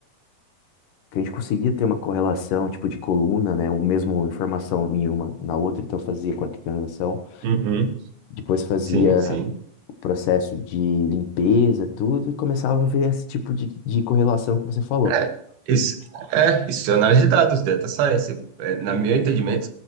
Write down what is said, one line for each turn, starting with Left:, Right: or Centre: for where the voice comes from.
Left: que a gente conseguia ter uma correlação, tipo de coluna, né, o mesmo informação em uma na outra, então fazia com a coordenação.
Right: Uhum.
Left: Depois fazia
Right: Sim, sim.
Left: processo de limpeza, tudo, e começava a ver esse tipo de, de correlação que você falou.
Right: É, isso, é, isso é análise de dados, data science. É, na meu entendimento,